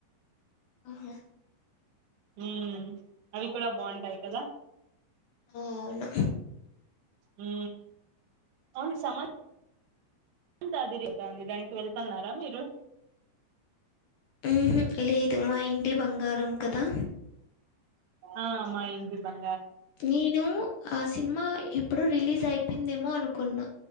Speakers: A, on the left (about 75°); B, on the right (about 60°).
A: ఆహ
B: ఉ అవి కూడా బాగుంటాయి కదా
A: ఆ అవును
B: ఉ అవును సమన్ ఎంతధర్యత అంది దానికి వెళ్తున్నారా మీరు
A: ఉహో లేదు మా ఇంటి బంగారం కదా
B: ఆ మా ఇంటి బం
A: నేను ఆ సినిమా ఎప్పుడు రిలీజ్ అయిపోయిందేమో అనుకున్నా